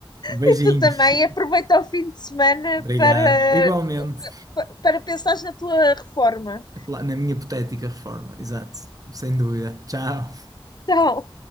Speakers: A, on the right (about 40°); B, on the left (about 50°).
A: Beijinhos.
B: E tu também aproveita o fim de semana
A: Obrigado.
B: para,
A: Igualmente,
B: para pensares na tua reforma.
A: <laughs> na minha hipotética reforma, exato, sem dúvida. Tchau.
B: Tchau.